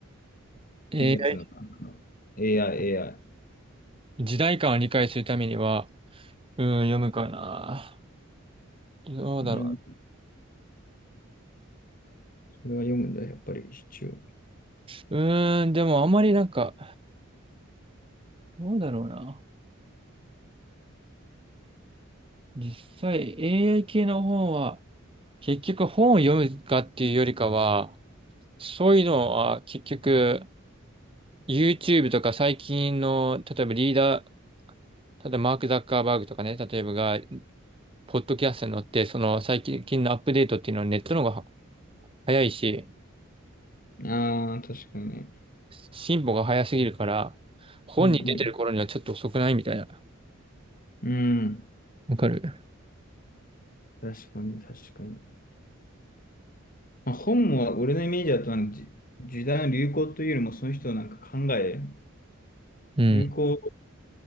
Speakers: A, on the right; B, on the left.
A: a
B: 技術のなんか AI、AI。
A: 時代感を理解するためには、うん、読むかな。どうだろ
B: うん、それは読むんだ、やっぱり一応。
A: う。うーん、でもあんまりなんか、どうだろうな。実際、AI 系の本は、結局本を読むかっていうよりかは、そういうのは結局、YouTube とか最近の、例えばリーダー、ただマーク・ザッカーバーグとかね、例えばが、ポッドキャストに乗って、その最近のアップデートっていうのはネットの方が早いし、
B: ああ、確かに。
A: 進歩が早すぎるから、本に出てる頃にはちょっと遅くないみたいな。
B: うんうん。うん。
A: わかる
B: 確かに、確かに。まあ、本は俺のイメージだとなんかじ時代の流行というよりもその人のなんか考え、
A: うん。
B: 流行